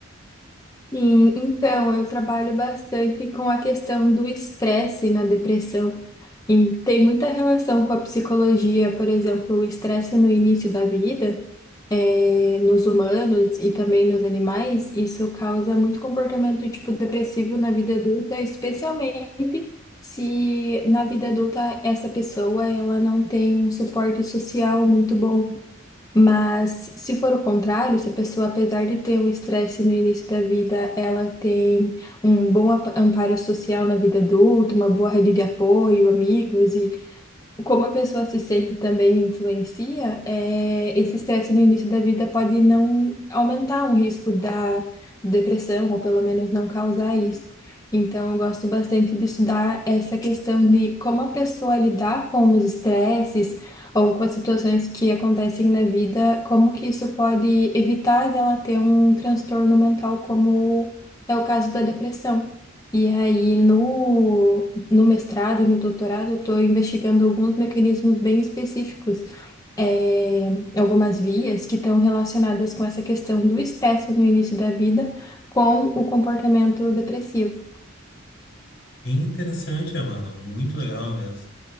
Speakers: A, on the left; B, on the left.
A: Sim, então eu trabalho bastante com a questão do estresse na depressão. E tem muita relação com a psicologia, por exemplo, o estresse no início da vida, eh, nos humanos e também nos animais, isso causa muito comportamento tipo depressivo na vida adulta, especialmente se na vida adulta essa pessoa ela não tem um suporte social muito bom. Mas se for o contrário, se a pessoa, apesar de ter um estresse no início da vida, ela tem um bom apa- amparo social na vida adulta, uma boa rede de apoio, amigos como a pessoa se sente também influencia, é, esse estresse no início da vida pode não aumentar um risco da depressão, ou pelo menos não causar isso. Então, eu gosto bastante de estudar essa questão de como a pessoa lidar com os estresses ou com as situações que acontecem na vida, como que isso pode evitar dela ter um transtorno mental, como é o caso da depressão. E aí, no no mestrado e no doutorado, eu estou investigando alguns mecanismos bem específicos, é, algumas vias que estão relacionadas com essa questão do estresse no início da vida com o comportamento depressivo.
B: Interessante, Amanda, muito legal mesmo.